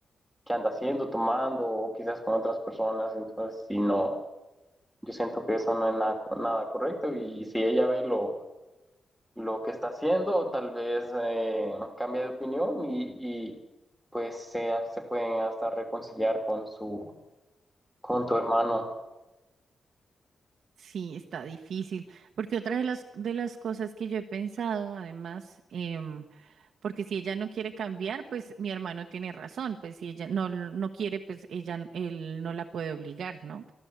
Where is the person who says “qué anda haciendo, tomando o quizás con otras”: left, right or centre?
Centre